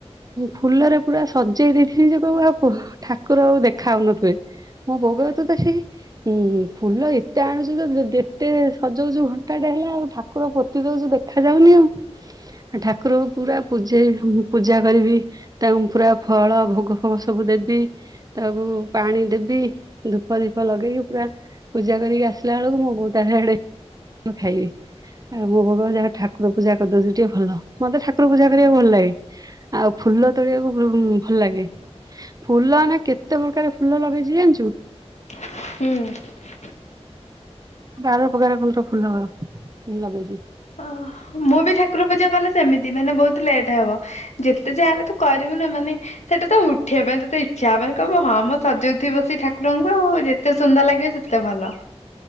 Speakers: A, on the right (about 35°); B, on the left (about 90°).
A: ଫୁଲରେ ପୁରା ସଜେଇ ଦେଇଥିଲି ଯେ ଇୟାକୁ ଆଉ ଠାକୁର ଆଉ ଦେଖା ହାଉନଥିବେ ମ ଭୋଗ ତ ଏତେ ହେଇ ହୁଁ ହୁଁ ଫୁଲ ଏତେ ଆଣୁଛୁ ତ ଯେତେ ସଜଉଛୁ ଘଣ୍ଟାଟା ହେଲା ଆଉ ଠାକୁର ପୋତି ଦଉଛୁ ଦେଖାଯାଉନି ଆଉ ଠାକୁର ପୁରା ପୂଜେଇ ପୂଜା କରିବି ତାଙ୍କୁ ପୁରା ଫଳ ଭୋଗ ଫୋଗ ସବୁ ଦେବି ତାକୁ ପାଣି ଦେବି ଧୂପ ଦିପ ଲଗେଇକି ପୁରା ପୂଜା କରିକି ଆସିଲା ବେଳକୁ ମୋ ବୋଉ ତା ଆଡେ ମୁ ଖାଇବି ଆଉ ମୋ ଭଗ ଯାହା ଠାକୁର ପୂଜା କରିଦେଉଛି ଟିକେ ଭଲ ମତେ ଠାକୁର ପୂଜା କରିବାକୁ ଭଲ ଲାଗେ ଆଉ ଫୁଲ ତୋଳିବାକୁ ଭଲ ଲାଗେ ଫୁଲନା କେତେ ପ୍ରକାର ଫୁଲ ଲଗେଇଛି ଜାଣିଛୁ
B: ହୁଁ
A: ବାର ପ୍ରକାର ଫୁଲ ତ ଫୁଲ ମୁଁ ଲଗେଇଚି।
B: ଓ ମୁଁ ବି ଠାକୁର ପୂଜା କଲେ ସେମିତି ମାନେ ବହୁତ ଲେଟ୍ ହେବ ଯେତେ ଯାହା ହେଲେ ତୁ କରିବୁ ନା ମାନେ ସେଟା ତ ଉଠିବା ପାଇଁ ତତେ ଇଚ୍ଛା ହଵନି ମାନେ କହିବୁ ହଁ ମୋ ସଜଉଥିବି ସେଇ ଠାକୁରଙ୍କୁ ଆଉ ଯେତେ ସୁନ୍ଦର ଲାଗେ ସେତେ ଭଲ